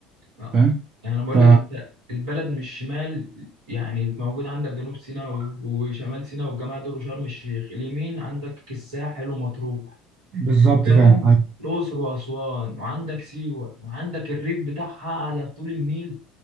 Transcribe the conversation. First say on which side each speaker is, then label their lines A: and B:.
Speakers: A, on the right; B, on the right.
A: آه.
B: فاهم
A: يعني أنا بقول
B: ف
A: لك أنت البلد مش شمال يعني موجود عندك جنوب سيناء و- وشمال سيناء والجماعة دول وشرم الشيخ اليمين عندك الساحل ومطروح
B: بالظبط
A: في الجنوب
B: فعلا أيوة.
A: الأقصر وأسوان وعندك سيوة وعندك الريف بتاعها على طول النيل